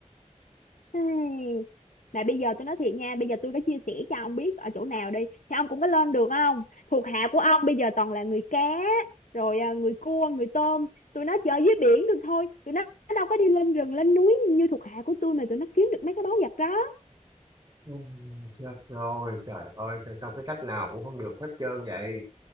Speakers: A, on the left; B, on the right.
A: Ây, Mà bây giờ tôi nói thiệt nha, bây giờ tôi có chia sẻ cho ông biết ở chỗ nào đi, thì ông cũng có lên được không? Thuộc hạ của ông bây giờ toàn là người cá, rồi à, người cua, người tôm, tụi nó chơi dưới biển được thôi, tụi nó đâu có đi lên rừng, lên núi như thuộc hạ của tôi mà tụi nó kiếm được mấy cái báu vật đó,
B: Ừ, Chết rồi, trời ơi, sao, sao cái cách nào cũng không được hết trơn vậy.